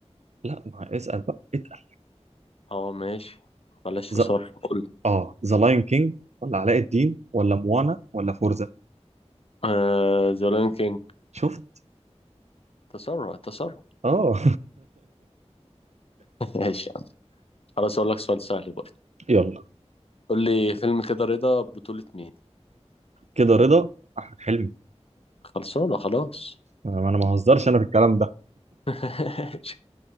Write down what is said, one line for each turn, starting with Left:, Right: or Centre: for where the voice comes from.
Right: لا ما اسال بقى اتقل
Left: اه ماشي بلاش
Right: ز...
Left: تسرع قول
Right: اه ذا لاين كينج ولا علاء الدين ولا موانا ولا فورزا
Left: آه ذا لايون كينج
Right: شفت
Left: تسرع تسرع
Right: اه
Left: <laughs> ماشي يا عم خلاص اقول لك سؤال سهل برضه
Right: <laughs> يلا
Left: قول لي فيلم كده رضا بطولة مين
Right: كده رضا احمد حلمي
Left: خلصانة خلاص
Right: انا أنا ما بهزرش انا في الكلام ده
Left: <laughs>